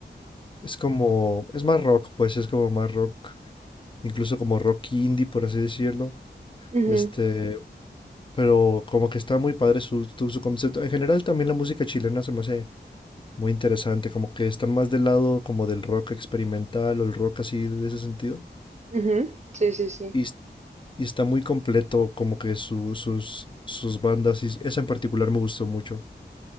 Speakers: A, on the left (about 25°); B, on the right (about 40°).
A: Es como, es más rock, pues es como más rock incluso como rock indie, por así decirlo.
B: Ujú,
A: Este, pero como que está muy padre su, tu- su concepto. En general también la música chilena se me hace muy interesante, como que están más del lado como del rock experimental o el rock así de ese sentido.
B: ujú. Sí, sí, sí.
A: Y, es- y está muy completo como que su- sus, sus bandas, y esa en particular me gustó mucho.